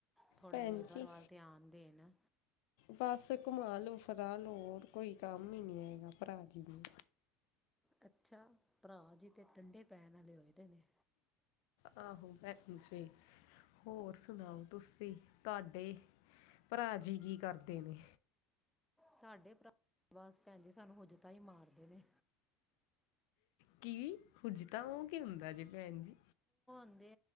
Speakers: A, in the centre; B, on the left.
A: ਥੋੜ੍ਹਾ
B: ਭੈਣ
A: ਲੇਬਰ
B: ਜੀ
A: ਵੱਲ ਧਿਆਨ ਦੇਣ
B: ਬਸ ਘੁਮਾ ਲਓ ਫਰਾ ਲੋ ਕੋਈ ਕੰਮ ਹੀ ਨਹੀਂੀ ਹੈਗਾ ਭਰਾ ਜੀ ਨੂੰ
A: ਅੱਛਾ ਭਰਾ ਜੀ ਤੇ ਠੰਡੇ ਪੈਣ ਵਾਲੇ ਏਦੇ ਨੇ
B: ਆਹੋ ਭੈਣ ਜੀ ਹੋਰ ਸੁਣਾਓ ਤੁਸੀਂ ਤੁਹਾਡੇ ਭਰਾ ਜੀ ਕੀ ਕਰਦੇ ਨੇ
A: ਸਾਡੇ ਭਰਾ ਬਸ ਭੈਣ ਜੀ ਸਾਨੂੰ ਹੁਜਤਾਂ ਹੀ ਮਾਰਦੇ ਨੇ
B: ਕੀ ਵੀ ਹੁਜਤਾਂ ਤਾਂ ਉਹ ਕੀ ਹੁੰਦਾ ਜੇ ਭੈਣ ਜੀ
A: ਕਦੇ